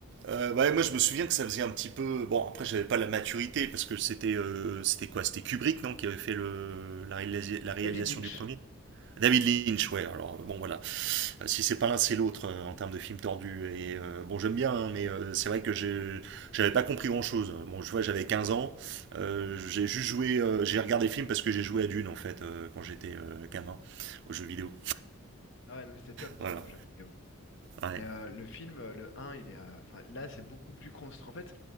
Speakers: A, on the right; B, on the left.
A: Euh, ouais, moi je me souviens que ça faisait un petit peu. Bon, après j'avais pas la maturité parce que c'était euh, c'était quoi? C'était Kubrick, non, qui avait fait le... la, réalisa- la réalisation
B: David Lynch,
A: du premier? David Lynch, ouais. Alors euh, bon, voilà. Euh, Si c'est pas l'un, c'est l'autre euh, en termes de film tordu. Et euh, bon, j'aime bien, hein, mais euh, c'est vrai que j'ai- j'avais pas compris grand-chose. Bon, je vois, j'avais 15 ans. Euh, j'ai juste joué, euh, j'ai regardé le film parce que j'ai joué à Dune en fait euh, quand j'étais euh, gamin aux jeux vidéo.
B: Ah ouais, non, mais c'est top du
A: Voilà.
B: un jeu vidéo aussi. hein.
A: Ouais.
B: Mais euh, le film, euh, le un il est. euh, Enfin, là, c'est beaucoup plus construit. En fait,